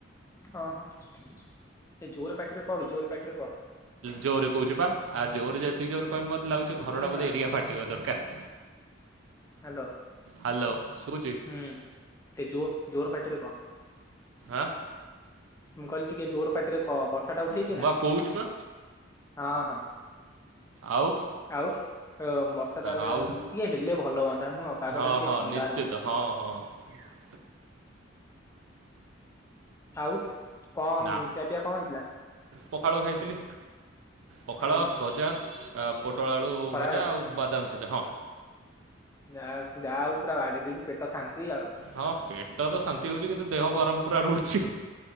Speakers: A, on the left; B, on the right.
A: ଅ ହ, ଟିକେ ଜୋର ପାଟିରେ କହ ବେ, ଜୋର ପାଟିରେ କହ।
B: ଜୋରରେ କୋହୁଚି ପା, ଆ ଯେତେ ତ ଜୋରେ କହିବି ମତେ ଲାଗୁଚି ଘରଟା
A: ବୁଝିଲୁ
B: ବୋଧେ
A: ନା
B: ଏରିଆ ଫାଟିବା ଦରକାର।
A: ହାଲୋ।
B: ହାଲୋ ଶୁଭୁଚି?
A: ହୁଁ, ଟିକେ ଜୋ ଜୋର ପାଟିରେ କହ।
B: ଆଁ
A: ମୁଁ କହିଲି ଟିକେ ଜୋର ପାଟିରେ କହ, ବର୍ଷାଟା ଉଠେଇଚି
B: ମୁଁ
A: ନା?
B: ବା କହୁଛି ପା
A: ହଁ ହଁ।
B: ଆଉ
A: ଆଉ ବର୍ଷା ତାହେଲେ
B: ଆଉ,
A: ଟିକେ ହେଲେ ଭଲ ହୁଅନ୍ତା ନୁହଁ ପାଗ
B: ହଁ
A: ଟା ଟିକେ
B: ହଁ
A: ଥଣ୍ଡା
B: ନିଶ୍ଚିତ,
A: ରୁହନ୍ତା
B: ହଁ ହଁ। <unintelligible>
A: ଆଉ କଣ
B: ନା
A: ଖିଆ ପିଆ କଣ ହେଇଥିଲା?
B: ପଖାଳ ଖାଇଥିଲି, ପଖାଳ
A: ହୁଁ ହୁଁ
B: ଭଜା, ପୋଟଳ ଆଳୁ
A: ଖରାବେଳେ
B: ଭଜା ଆଉ ବଦାମ ଛେଚା ହଁ।
A: ଯାହା, ଯାହା ହଉ ପୁରା ବାଡେଇ ଦେଲୁ ପେଟ ଶାନ୍ତି ଆଉ।
B: ହଁ ପେଟ ତ ଶାନ୍ତି ହୋଉଚି କିନ୍ତୁ ଦେହ ଗରମ ପୁରା ରୋହୁଚି।